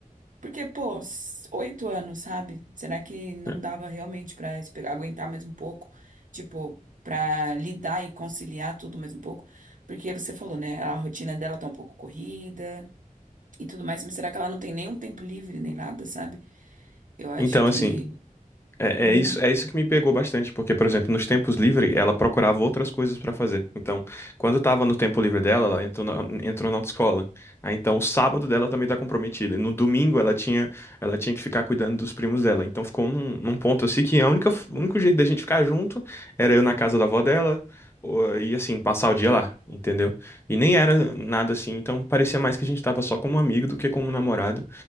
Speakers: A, on the right; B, on the left.
A: Porque, pô, s- oito anos, sabe? Será que não
B: Né?
A: dava realmente pra esperar, aguentar mais um pouco? Tipo, pra lidar e conciliar tudo mais um pouco? Porque você falou, né? A rotina dela tá um pouco corrida. e tudo mais, mas será que ela não tem nenhum tempo livre nem nada, sabe? Eu acho
B: Então,
A: que.
B: assim, É,
A: Uhum.
B: é isso, é isso que me pegou bastante, porque, por exemplo, nos tempos livres, ela procurava outras coisas para fazer. Então, quando estava no tempo livre dela, ela entrou na, entrou na autoescola. Aí, então, o sábado dela também tá comprometida. E no domingo, ela tinha, ela tinha que ficar cuidando dos primos dela. Então, ficou num, num ponto assim que a única, o único jeito da gente ficar junto era eu na casa da avó dela, ou- e assim, passar o dia lá, entendeu? E nem era nada assim, então parecia mais que a gente tava só como amigo do que como namorado.